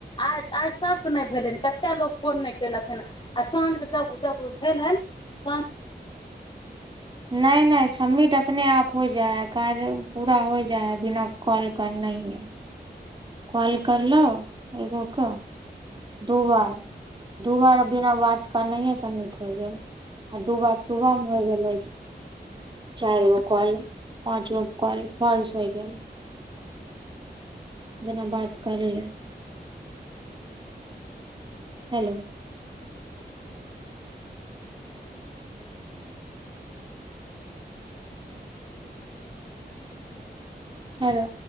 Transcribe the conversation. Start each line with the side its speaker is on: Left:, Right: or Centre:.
Left: आज आज सभकेँ नहि भेलैन कतेक लोक फोन नहि कयलक हन आ साँझके सभ जब भेल हन साँझ
Right: नई नई सबमिट अपने आप होई जाय हैय कार्य पूरा हो जाइ है बिना कॉल करनैहे कॉल करलो एगोक क दू बार दू बार बिना बात करनहीये सबमिट होय गेल आ दू बार सुबहमे होय गेल चारगो काॅल पाँचगो कॉल फॉल्स होइ गेल जेना बात कर ले हेलो हैलो